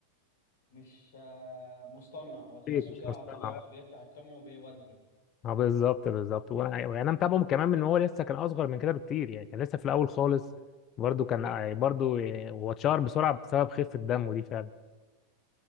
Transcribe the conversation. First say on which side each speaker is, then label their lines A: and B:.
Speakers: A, on the left; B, on the left.
A: مش آه، مصطنع هو تحسه
B: شيء مش
A: كده
B: مصطنع
A: على طبيعته بيفتح الكاميرا وبيودي
B: اه بالظبط بالظبط وانا يعني انا متابعه كمان من هو لسه كان اصغر من كده بكتير يعني كان لسه في الاول خالص برضه كان آه، برضه هو اتشهر بسرعه بسبب خفه دمه دي فعلا